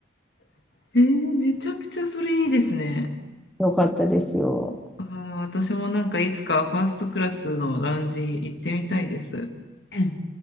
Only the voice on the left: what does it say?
<laughs> えー、めちゃくちゃそれいいですね。
あー、私もなんかいつかファーストクラスのラウンジ行ってみたいです。うん